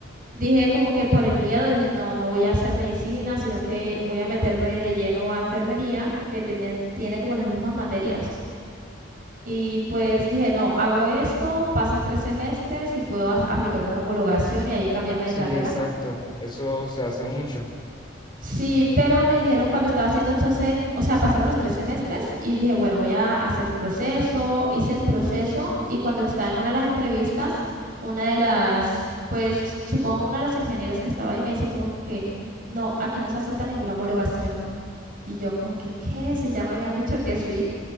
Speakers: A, on the right (about 45°); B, on the left (about 25°).
A: dije como que por el miedo dije, no, no voy a hacer medicina, sino que voy a meterme de lleno a enfermería, que tenía, tiene como las mismas materias. Y pues dije, no, hago esto, pasan tres semestres y puedo
B: Es-
A: a- aplicar una homologación y ahí cambiarme
B: Sí,
A: de carrera.
B: exacto, eso se hace mucho.
A: Sí, pero me dijeron cuando estaba haciendo entonces, o sea, pasaron los tres semestres y dije, bueno, voy a hacer el proceso, hice el proceso y cuando estaba en una de las entrevistas, una de las, pues supongo una de las ingenieras que estaba ahí me dice como que, no, aquí no se acepta ninguna homologación. Y yo como que, ¿qué? Si ya me habían dicho que sí.